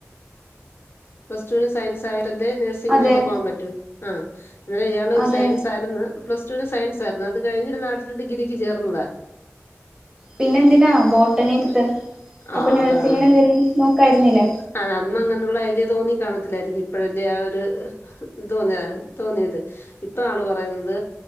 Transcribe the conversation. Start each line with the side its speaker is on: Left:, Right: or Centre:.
Left: പ്ലസ്ടു <unintelligible> ന്റെ നഴ്സിങ്ങിനൊക്കെ
Right: അതെ
Left: പോവാൻ പറ്റൂ ആ അന്നേര ഇയാള്
Right: അതെ
Left: സയൻസാരുന്നു. പ്ലസ് ടുവിന് സയൻസ് ആരുന്നു അത് കഴിഞ്ഞഞ് നാട്ടില് ഡിഗ്രിക്ക് ചേർന്നതാ.
Right: പിന്നെ എന്തിനാ ബോട്ടണ്ണി എടുത്ത്
Left: ആ
Right: അപ്പൊ നഴ്സിങ്ങനെ
Left: അതാണ്
Right: എന്തേലും നോക്കായിരുന്നില്ലേ.
Left: അത് അങ്ങനെയുള്ള ഐഡിയ തോന്നി കാണതില്ലായിരിക്കും ഇപ്പോഴല്ലേ ആ ഒരു തോന്നിയ തോന്നിയത്. ഇപ്പം ആള് പറയുന്നത്